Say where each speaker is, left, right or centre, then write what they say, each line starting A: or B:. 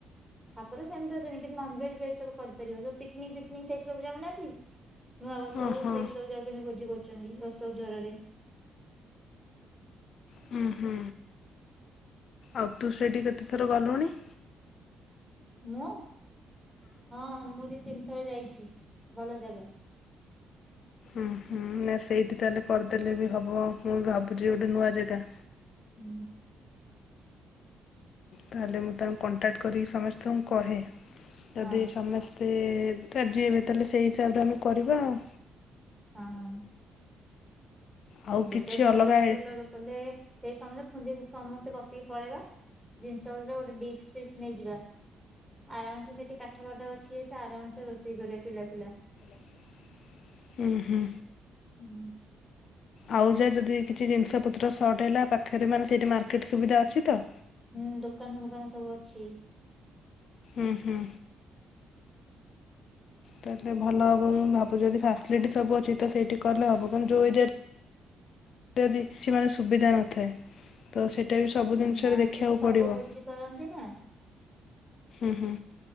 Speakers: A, in the centre; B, on the left.
A: ଠାକୁର ସେମିତି ଅଛନ୍ତିି କିନ୍ତୁ ନନଭେଜ୍ ଭେଜ୍ବୁ କରିପାରିବ ପିକନିକ୍ ଫିକିକ ସେଇ ସବୁ ଯାଉନାହାନ୍ତି। ନୂଆ ବର୍ଷ
B: ଓହୋ
A: ହଉ ସେଇଠି ସବୁ ଯାଉଛନ୍ତି ଭୋଜି କରୋୁଛନ୍ତି ଆସୋକ ଝର ରେ।
B: ହୁଁ ହୁଁ ଆଉ ତୁ ସେଠୀ କେତେ ଥର ଗଲୁଣି?
A: ମୁଁ ହଁ ମୁଁ ଜି ତିନିଥର ଯାଇଚି ଭଲ ଜାଗା।
B: ଉ ହୁଁ ନା ସେଇଠି ତାହେଲେ କରିଦେଲେ ବି ହବ ମୁଁ ଭାବୁଛି ଗୋଟେ ନୂଆ ଜାଗା।
A: ଉଁ
B: ତାହେଲେ ମୁଁ ତାଙ୍କୁ କଣ୍ଟାକ୍ଟ କରିକି ସମସ୍ତଙ୍କୁ କହେ ଯଦି
A: ହଁ
B: ସମସ୍ତେ ତେ ରାଜିହେବେ ତାହେଲେ ସେଇ ହିସାବରେ ଆମେ କରିବା ଆଉ।
A: ହଁ।
B: ଆଉ କିଛି
A: ଗୋଟେ ବୋଲର
B: ଅଲଗା
A: ଫୋଲର କଲେ ସେଇ ସମସ୍ତେ ଖୁନ୍ଦି ସମସ୍ତେ ବସିକି ପଳେଇବା। ଜିନିଷ ପତ୍ର ଗୋଟେ ଡିସ୍କ ପିସ୍ ନେଇଯିବା। ଆରାମସେ ସେଇଠି କାଠ ପାଠ ଅଛି ସେ ଆରାମସେ ରୋଷେଇ କରିବା ଚୁଲା ଫୁଲା।
B: <inaudible> ଉଁ ହୁଁ।
A: ହୁଁ।
B: ଆଉ ଯାହା ଯଦି କିଛି ଜିନିଷ ପତ୍ର ସର୍ଟ ହେଲା ପାଖରେ ମାନେ ସେଇଠି ମାର୍କେଟ ସୁବିଧା ଅଛି ତ?
A: ହୁଁ ଦୋକାନ ଫୋକାନ ସବୁ ଅଛି।
B: ଉଁ ହୁଁ। ତାହେଲେ ଭଲ ହବ ମୁଁ ଭାବୁ ଯଦି ଫାସିଲିଟି ସବୁ ଅଛି ତ ସେଇଠି କଲେ ହବ ମାନେ ଯୋଉ ଏରିଆରେ ଟେରି କିଛି ମାନେ ସୁବିଧା ନଥାଏ। ତ ସେଟା ବି ସବୁ
A: ହୁଁ
B: ଜିନିଷରେ
A: ନା
B: ଦେଖିବାକୁ
A: ସେଠି ସବୁ
B: ପଡ଼ିବ
A: ଭୋଜି କରନ୍ତି ନା।
B: ଉଁ ହୁଁ।